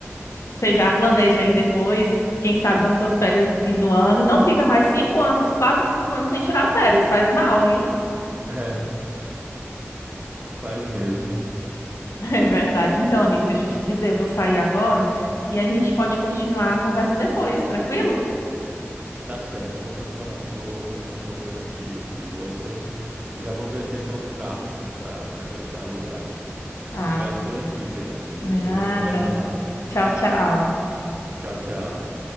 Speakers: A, on the left; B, on the right.
A: você já planeja aí depois, quem sabe nas suas férias do fim do ano. Não fica mais cinco anos, quase que cinco anos sem tirar férias. Faz mal, hein?
B: <laughs> Faz mesmo.
A: <laughs> É verdade. Então, amigo, deixa eu te dizer, eu vou sair agora e a gente pode continuar a conversa depois, tranquilo?
B: Tá certo. Eu Vou continuar, vou continuar procurando aqui os hostels e já vou ver a questão do carro, sim, para para deixar alugado.
A: Ah,
B: Obrigado pelas dicas, amigo.
A: nada.
B: Depois a gente conversa mais.
A: Tchau, tchau.
B: Tchau, tchau.